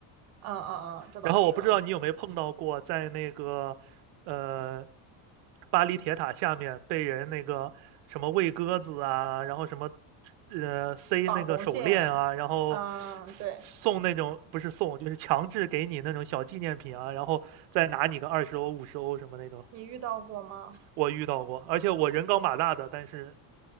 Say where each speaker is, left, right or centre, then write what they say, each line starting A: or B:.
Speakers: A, on the right; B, on the right.
A: 嗯嗯嗯，这倒是。
B: 然后我不知道你有没有碰到过，在那个呃巴黎铁塔下面被人那个什么喂鸽子啊，然后什么呃塞那个手链啊，
A: 绑红线，
B: 然后送那种不是送就是强制给你那种小纪念品啊，
A: 嗯，对，
B: 然后再拿你个二十欧五十欧什么那种，
A: 你遇到过吗？
B: 我遇到过，而且我人高马大的，但是